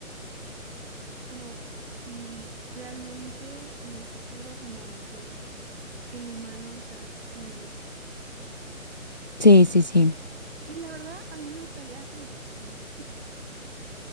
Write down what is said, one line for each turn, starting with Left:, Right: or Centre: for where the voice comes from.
Right: como si realmente en el futuro como que el humano se va a extinguir.
Left: Sí, sí, sí.
Right: Que la verdad a mí me gustaría como que sí.